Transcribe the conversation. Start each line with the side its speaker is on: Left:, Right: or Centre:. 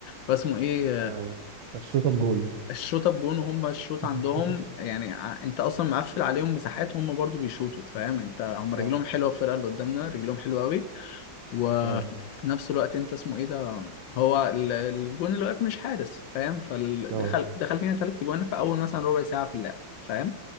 Left: فاسمه ايه
Right: ف- فالشوطه بجول
Left: الشوطه بجون وهم الشوط
Right: <laughs>
Left: عندهم يعني ع- انت اصلا مقفل عليهم مساحات هم برضو بيشوطوا فاهم انت هم رجلهم
Right: اه
Left: حلوه الفرقه اللي قدامنا رجلهم حلوه قوي وفي
Right: اه
Left: نفس الوقت انت اسمه ايه ده هو ال- الجون اللي واقف مش حارس فاهم فدخل
Right: اه
Left: دخل فينا ثلاث جوان في اول مثلا ربع ساعه في اللعب فاهم